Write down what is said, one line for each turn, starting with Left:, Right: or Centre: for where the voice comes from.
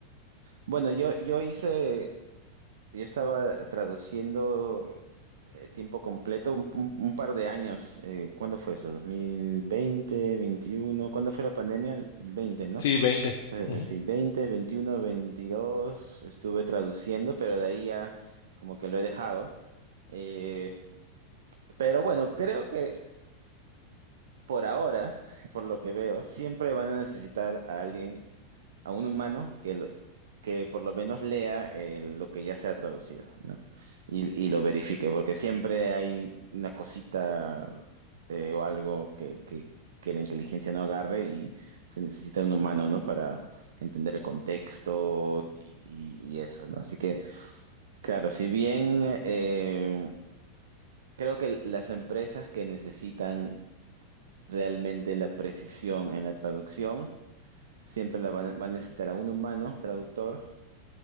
Right: Bueno, yo, yo hice, yo estaba traduciendo eh, tiempo completo un, un- un par de años. Eh, ¿cuándo fue eso? dos mil veinte veintiuno ¿Cuándo fue la pandemia? El 20, ¿no?
Left: Sí, 20.
Right: Eh,
Left: Ujú,
Right: sí, veinte veintiuno veintidós estuve traduciendo, pero de ahí ya como que lo he dejado. Eh, Pero bueno, creo que por ahora, por lo que veo, siempre van a necesitar a alguien, a un humano que, lo- que por lo menos lea eh, lo que ya se ha traducido, ¿no? Y, y lo verifique, porque siempre hay una cosita eh, o algo que, que, que la inteligencia no agarre y se necesita un humano, ¿no? Para entender el contexto y, y- y eso, ¿no? Así que, claro, si bien... eh, Creo que las empresas que necesitan realmente la precisión en la traducción. Siempre la va, va a necesitar a un humano traductor